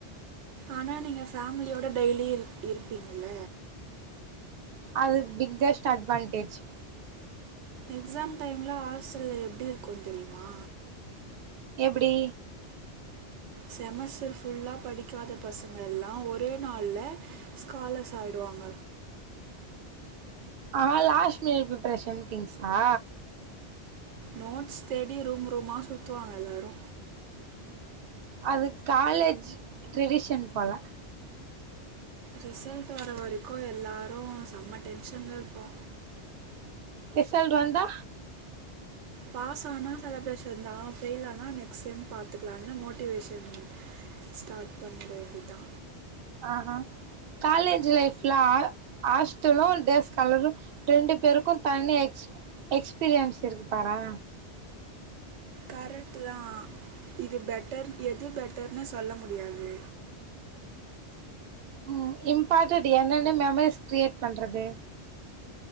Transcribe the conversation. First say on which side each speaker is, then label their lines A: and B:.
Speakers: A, on the right (about 85°); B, on the right (about 60°).
A: ஆனா நீங்க ஃபேமிலியோட டெய்லி இரு இருப்பீங்கல்ல
B: அது பிக்கஸ்ட் அட்வான்டேஜ்
A: எக்ஸாம் டைம்ல ஹாஸ்டல்ல எப்பிடி இருக்கு தெரியுமா
B: எப்பிடி
A: செமஸ்டர் ஃபுல்லா படிக்காத பசங்க எல்லா ஒரே நாள்ல ஸ்காலர்ஸ் ஆயிடுவாங்க
B: ஆ, லாஸ்ட் மினிட் பிரிப்பரேஷன் திங்ஸ்ஸா
A: நோட்ஸ் தேடி ரூம் ரூமா சுத்துவாங்க எல்லாரு
B: அது காலேஜ் ட்ரெடிஷன் போல
A: ரிசல்ட் வர வரைக்கு எல்லாரு செம்ம டென்ஷன்ல இருப்போ
B: ரிசல்ட் வந்தா
A: பாஸ் ஆனா செலப்ரேஷன் தா ஃபெயில் ஆனா நெக்ஸ்ட் செம் பாத்துக்கலாம்னு மோட்டிவேஷன் ஸ்டார்ட் பண்ணிட வேண்டிதா
B: ஆஹ காலேஜ் லைஃப்ல ஆ ஹாஸ்டலு டேஸ் ஸ்காலர்ரு இரண்டு பேருக்கு, தனி எக்ஸ் எக்ஸ்பீரியன்ஸ் இருக்கு பாரே
A: கரெக்ட்டு தா இது பெட்டர் எது பெட்டர்னு சொல்ல முடியாது
B: உம் இம்பார்ட்டடு என்னென்னு மெமரிஸ் கிரியேட் பண்றது